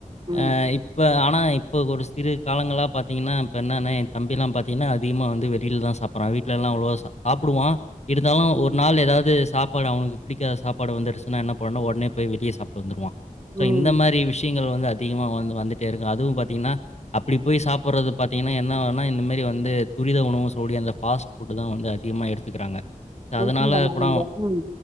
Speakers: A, on the right; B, on the left.
A: ம்
B: அ இப்ப ஆனா இப் இப்போ ஒரு சிரூ காலங்களா பாத்தீங்கன்னா இப்போ என்னன்னா என் தம்பில்லா பாத்தீங்ன்னா அதிகமா வந்து வெளியில தா சாப்பர்றா வீட்லலா அவ்ளோவா சா சாப்புடுவா இருந்தாலு
A: ம்
B: ஒரு நாள் ஏதாது சாப்பாடு அவனுக்கு பிடிக்காத சாப்பாடு வந்துருச்சின்னா என்ன பண்ணன்னு உடனே போய் வெளிய சாப் வந்துருவா சோ
A: ம்
B: இங் இந்த மாரி விஷயங்கள் வந்து அ அதிகமா வந்து வந்துட்டே இருக்கு அதுவு பாத்தீங்கன்னா அப்டி போய் சாப்ட்றது பாத்தீங்கன்னா என்ன ஆவுன்னா இந்தமாரி வந்து துரித உணவு சொல்லகூடிய அந்த ஃபாஸ்ட் ஃபுட்டு தா வந்து அதிகமா எடுத்துக்கிறாங்க
A: மென்ஷன்
B: அதனால
A: பண்ணாதீங்க
B: கூட
A: ம்